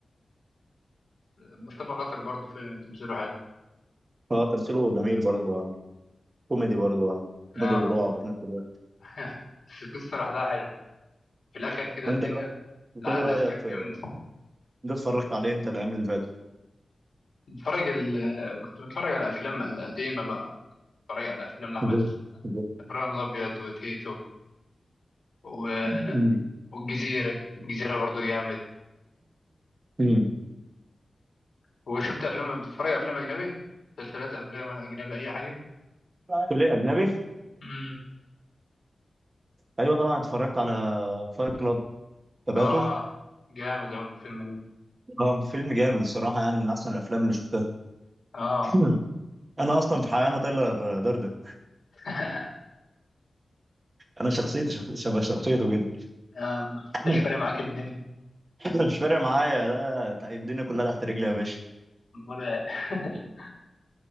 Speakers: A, on the left (about 65°); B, on the right (about 40°).
A: مصطفى خاطر برضه في تمثيله حلو
B: اه تمثيله جميل برضه اه كوميدي برضه اه كوميدي
A: اه
B: ورعب في نفس الوقت
A: <laughs> بس القصة لوحدها حلو في الآخر كده
B: وانت
A: الدنيا
B: انت
A: الأحداث
B: ايه رايك
A: كانت
B: في
A: جامدة
B: انت اتفرجت عليه انت الايام اللي فاتت
A: بتفرج ال... كنت بتفرج على أفلام قديمة بقى بتفرج على أفلام لأحمد
B: زي-
A: السقا.
B: زي-
A: إبراهيم الأبيض وتيتو و...
B: مم.
A: والجزيرة الجزيرة برضه جامد
B: مم.
A: وشفت أفلام بتتفرج على أفلام أجنبي مسلسلات أفلام أجنبي أي حاجة
B: تقول لي اجنبي
A: امم
B: ايوه طبعا اتفرجت على فايت كلاب تابعته
A: اه جامد أوي الفيلم ده
B: اه فيلم جامد الصراحه يعني من احسن الافلام اللي شفتها
A: اه
B: <clears throat> انا اصلا في الحقيقه انا تايلر داردن
A: <laughs>
B: انا شخصيتي شخ- شبه شخصيته جدا
A: آه،
B: <clears throat>
A: مش فارق معاك الدنيا
B: <laughs> مش فارق معايا لا لا، الدنيا كلها تحت رجلي يا باشا
A: ولا <laughs>